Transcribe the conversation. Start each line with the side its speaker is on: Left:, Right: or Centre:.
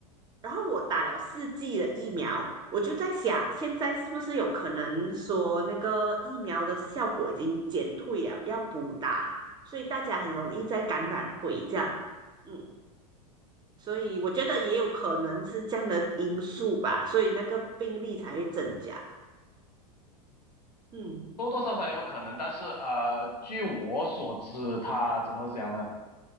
Right: 然后我打了四剂的疫苗，我就在想，现在是不是有可能说那个疫苗的效果已经减退了，要补打，所以大家很容易再感染回这样，嗯。所以我觉得也有可能是这样的因素吧，所以那个病例才会增加。嗯，
Left: 多多少少也有可能，但是呃，据我所知，他怎么讲呢？